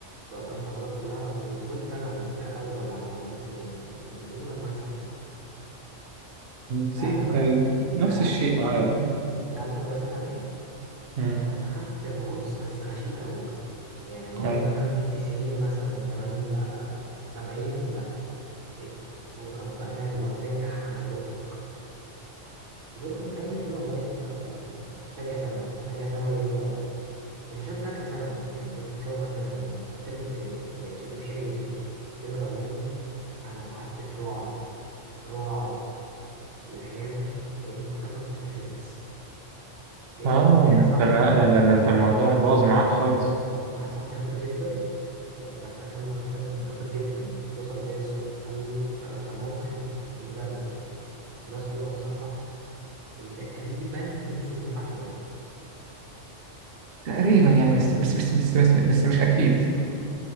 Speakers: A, on the right; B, on the right.
A: بقفل المحاضرات كلها وفضلت انا الس- الاول على مدرستي من من اولى لغايه سته
B: زين
A: نقلت م...
B: آه، نفس
A: نقل...
B: الشيء معايا والله
A: نقلت مدرسه تانية
B: امم
A: آه، خدت الغطس بس غشيم قوي بقى يعني اللي هو
B: ايوه
A: مش مثلا تجيب 90 مثلا 80 لا لا لا 70 لا بقيت بضرب بقى فاهم اللي هو بتنجح على الحركرك فضلت مكمل كده لغايه آه، تانية ثانوي بقى تانية ثانوي ليه بقى مش عشان تالتة ثانوي يعني فضلت مكمل لغاية تانية ثانوي الترم التاني بقى شديت حيلي جدا الترم الأولاني أنا قعدت في رعب رعب في الاجازه لاني كنت خايف اسقط في الفيزيكس لان
B: اه
A: واحد
B: ده
A: صاحبي
B: انت لا لا لا، انت الموضوع باظ معاك خالص
A: واحد صاحبي شاطر جدا ف- ده في- كان ده كان في تاني سنه شاطر جدا اتصل بيا الصبح قال له آه، كان هو مصاحب المدرس يعني المدرس قال له انا صححت وتقريبا نص الدفعه شايله
B: تقريبا يعني بس بس بس بس بس, بس مش اكيد